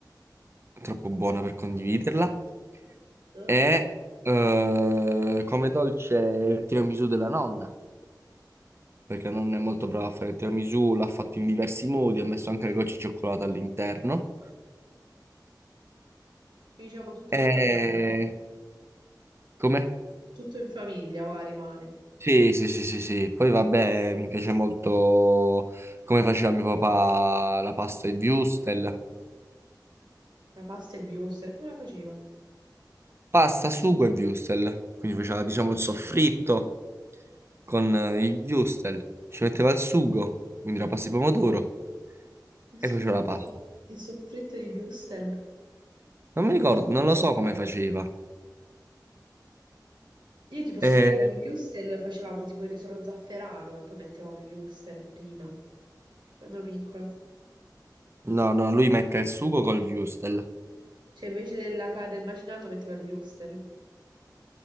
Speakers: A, on the right; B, on the right.
A: troppo buona per condividerla.
B: Mhm.
A: E eh, come dolce il tiramisù della nonna, perché la nonna è molto brava a fare il tiramisù, l'ha fatto in diversi modi, ha messo anche le gocce di cioccolato all'interno.
B: Diciamo tutto
A: E
B: in famiglia, va.
A: come?
B: Tutto in famiglia, va, rimane.
A: Sì, sì, sì, sì, sì. Poi vabbè, mi piace molto come faceva mio papà la pasta e il würstel.
B: La pasta e Wurstel, come la faceva?
A: Pasta, sugo e würstel. Quindi faceva, diciamo, il soffritto con eh, il würstel. Ci metteva il sugo, quindi la pasta di pomodoro,
B: Il soffritto,
A: e faceva la pasta.
B: il soffritto di Wurstel.
A: Non mi ricordo, non lo so come faceva.
B: Io ti posso
A: Eh,
B: dire che con i Wurstel facevamo tipo il riso allo zafferano, e poi mettevamo i Wurstel prima, quando ero piccola.
A: No, no, lui mette il sugo col würstel.
B: Cioè invece della ca- del macinato mettevo il Wurstel.